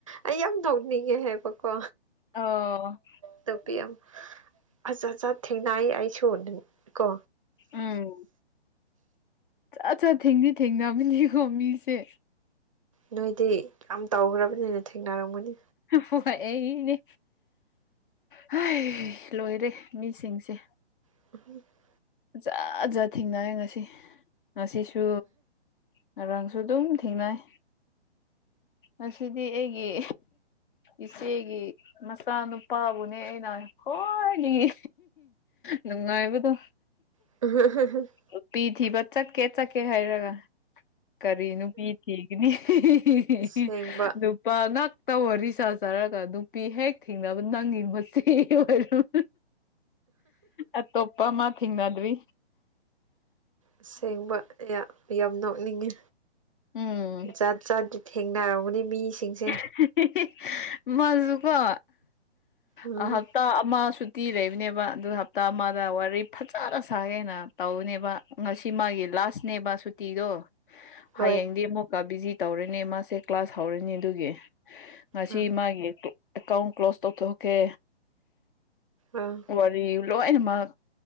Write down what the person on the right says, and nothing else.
ꯑꯩ ꯌꯥꯝ ꯅꯣꯛꯅꯤꯡꯉꯦ ꯍꯥꯏꯕꯀꯣ
ꯅꯨꯄꯤ ꯑꯝ ꯑꯖꯥꯠꯖꯥꯠ ꯊꯦꯡꯅꯥꯏꯌꯦ ꯑꯩꯁꯨ ꯀꯣ
ꯅꯣꯏꯗꯤ ꯌꯥꯝ ꯇꯧꯒ꯭ꯔꯝꯕꯅꯤꯅ ꯊꯦꯡꯅꯔꯝꯒꯅꯤ꯫
<unintelligible>
<unintelligible>
ꯑꯁꯦꯡꯕ
ꯑꯁꯦꯡꯕ ꯌꯥꯝ ꯌꯥꯝ ꯅꯣꯛꯅꯤꯡꯉꯦ
ꯖꯥꯠ ꯖꯥꯠꯗꯤ ꯊꯦꯡꯅꯔꯕꯅꯦ ꯃꯤꯁꯤꯡꯁꯦ
ꯎꯝ
ꯍꯣꯏ
ꯑꯥ
ꯑꯥ